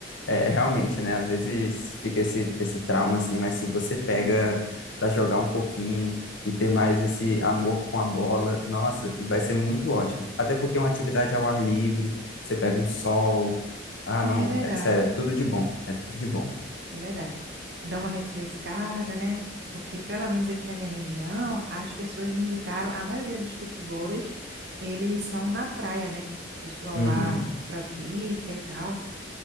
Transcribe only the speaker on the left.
é realmente, né? Às vezes fica esse, esse trauma assim, mas se você pega
para jogar um pouquinho e ter mais esse amor com a bola, nossa, vai ser muito ótimo. Até porque é uma atividade ao ar livre, você pega um sol. Ah,
não,
é, sério, é tudo de bom, é tudo de bom.
Uhum.